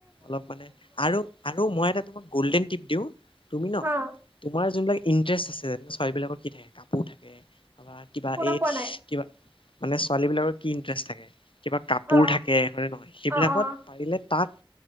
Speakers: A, on the left; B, on the right.
A: অলপ মানে আৰু আৰু মই এটা তোক গল্ডেন টপ দিওঁ। তুমি ন
B: হা
A: তোমাৰ যোনবিলাক ইণ্টাৰেষ্ট আছে যেনে ছোৱালীবিলাকৰ কি থাকে কাপোৰ থাকে। হবা কিবা
B: শুনা
A: এই
B: পোৱা নাই
A: কিবা। মানে ছোৱালী বিলাকৰ কি ইণ্টাৰেষ্ট থাকে। কিবা কাপোৰ
B: অ
A: থাকে হয়ে নহয় সেইবিলাকত
B: অ অ
A: পাৰিলে তাক।